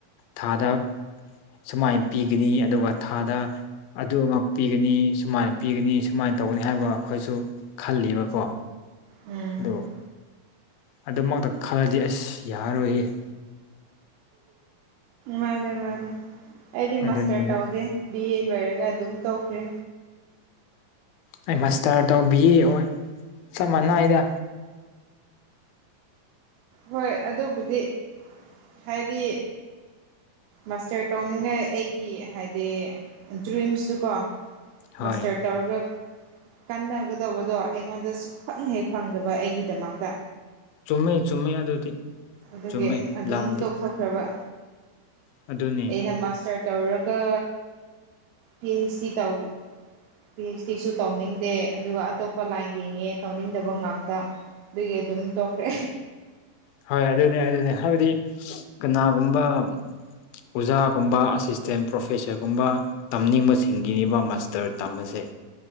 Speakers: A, on the left; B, on the right.
A: ꯊꯥꯗ ꯁꯨꯃꯥꯏꯅ ꯄꯤꯒꯅꯤ ꯑꯗꯨꯒ ꯊꯥꯗ ꯑꯗꯨꯃꯛ ꯄꯤꯒꯅꯤ ꯁꯨꯃꯥꯏꯅ ꯄꯤꯒꯅꯤ ꯁꯨꯃꯥꯏꯅ ꯇꯧꯒꯅꯤ ꯍꯥꯏꯕ ꯑꯩꯈꯣꯏꯁꯨ ꯈꯜꯂꯤꯕꯀꯣ
B: ꯎꯝ
A: ꯗ ꯑꯗꯨꯃꯛꯇ ꯈꯜꯂꯗꯤ ꯑꯁ ꯌꯥꯔꯔꯣꯏꯍ
B: ꯃꯥꯅꯦ ꯃꯥꯅꯦ ꯑꯦꯗꯤ
A: ꯑꯗꯨꯅꯦꯕ
B: ꯃꯁꯇꯔ ꯇꯧꯗ ꯕꯤ ꯑꯦ ꯂꯣꯏꯔꯒ ꯑꯗꯨꯝ ꯇꯧꯈ꯭ꯔꯦ
A: ꯑꯩ ꯃꯁꯇꯔ ꯇꯧꯕꯤ ꯑꯣꯏ ꯆꯞ ꯃꯥꯟꯅꯏꯗ
B: ꯍꯣꯏ ꯑꯗꯨꯕꯨꯗꯤ ꯍꯥꯏꯗꯤ ꯃꯥꯁꯇꯔ ꯇꯧꯅꯤꯡꯉꯥꯏ ꯑꯩꯒꯤ ꯍꯥꯏꯗꯤ ꯗ꯭ꯔꯤꯝꯁꯇꯨꯀꯣ
A: ꯍꯣꯏ
B: ꯃꯁꯇꯔꯠ ꯇꯧꯔꯒ ꯀꯟꯅꯒꯗꯧꯕꯗꯣ ꯑꯩꯉꯣꯟꯗ ꯁ ꯈꯪ ꯍꯦꯛ ꯐꯪꯗꯕ ꯑꯩꯒꯤꯗꯃꯛꯇ
A: ꯆꯨꯝꯃꯤ ꯆꯨꯝꯃꯤ ꯑꯗꯨꯗꯤ
B: ꯑꯗꯨꯒꯤ
A: ꯆꯨꯝꯃꯦ
B: ꯑꯗꯨꯝ
A: ꯂꯥꯟꯗꯦ
B: ꯇꯣꯛꯊꯈ꯭ꯔꯕ
A: ꯑꯗꯨꯅꯤ
B: ꯑꯩꯅ ꯃꯥꯁꯇꯔ ꯇꯧꯔꯒ ꯄꯤ ꯍꯩꯆ ꯗꯤ ꯇꯧ ꯄꯤ ꯑꯩꯩꯆ ꯗꯤꯁꯨ ꯇꯧꯅꯤꯡꯗꯦ ꯑꯗꯨꯒ ꯑꯇꯣꯞꯄ ꯂꯥꯏꯟ ꯌꯦꯡꯉꯦ ꯇꯧꯅꯤꯡꯗꯕ ꯉꯥꯛꯇ ꯑꯗꯨꯒꯤ ꯑꯗꯨꯝ ꯇꯣꯛꯈ꯭ꯔꯦ
A: ꯍꯣꯏ ꯑꯗꯨꯅꯦ ꯑꯗꯨꯅꯦ ꯍꯥꯏꯕꯗꯤ ꯀꯅꯥꯒꯨꯝꯕ ꯑꯣꯖꯥꯒꯨꯝꯕ ꯑꯁꯤꯁꯇꯦꯟ ꯄ꯭ꯔꯣꯐꯦꯁꯔꯒꯨꯝꯕ ꯇꯝꯅꯤꯡꯕꯁꯤꯡꯒꯤꯅꯦꯕ ꯃꯥꯁꯇꯔ ꯇꯝꯕ ꯑꯁꯦ